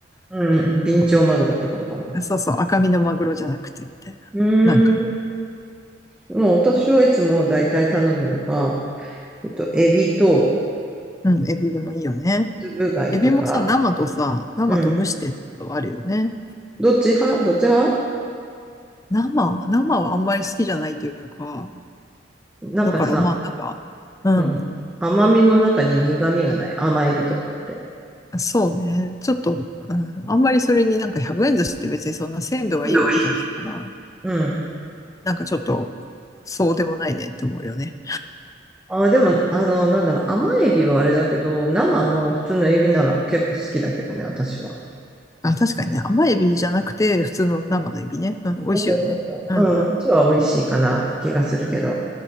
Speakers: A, in the centre; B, on the left (about 20°).
A: うん、ビンチョウマグロってことかな。
B: あそうそう、赤身のマグロじゃなくてみたいな。
A: うーん、
B: なんかね。
A: もう私はいつもだいたい頼むのが、えっと、エビと、
B: うん、エビもいいよね。
A: つぶ貝とか、
B: エビもさ、生とさ、生と蒸してってことあるよね。
A: うん。どっち派どっち派
B: 生、生はあんまり好きじゃないというか、
A: なんかさ、
B: だからまあなんか、
A: うん。甘みの中に苦味がない。甘エビとかって。
B: うん、そうね。ちょっと、うん、あんまりそれになんか100円寿司って別にそんな鮮度がいいわけじゃないから、
A: のがいい。うん。
B: なんかちょっと、そうでもないねって思うよね。
A: あー、でも、あの、なんだろう、甘エビはあれだけど、生の普通のエビなら結構好きだけどね、私は。
B: あ、確かにね、甘エビじゃなくて、普通の生のエビね。うん、美味しいよね。
A: そうそうそうそう。
B: うんうん。
A: うん、うちは美味しいかなって気がするけど。